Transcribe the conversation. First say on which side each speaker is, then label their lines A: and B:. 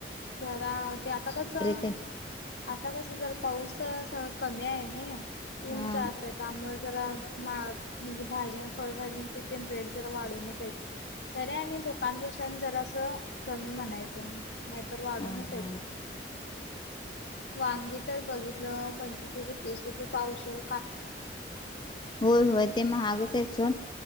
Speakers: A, on the left (about 70°); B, on the left (about 25°).
A: जरा ते आता कसं
B: ते
A: आता कसं जर पाऊसास कमी आहे नी ऊन
B: हा
A: जास्त आहे त्यामुळे जरा मा म्हणजे भाज्या फळभाज्यांची तेन रेट जरा वाढूनच आहेत. तरी आणि दुकानपेक्षा जरा असं कमी म्हणायचं तर वाढूनच
B: हा
A: आहेत.
B: हा
A: वांगी तर बघितलं पंचवीस रुपये तीस रुपये पावशेर
B: होय होय ते महागच आहे चून